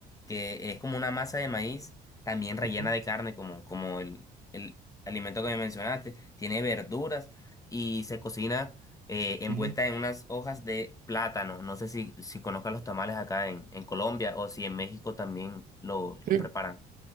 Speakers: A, on the left (about 20°); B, on the right (about 55°).
A: que es como una masa de maíz, también rellena
B: ujú,
A: de carne, como, como el, el alimento que me mencionaste, tiene verduras y se cocina eh, envuelta
B: ujú.
A: en unas hojas de plátano. No sé si, si conozcan los tamales acá en, en Colombia o si en México también lo, lo
B: Sí,
A: preparan.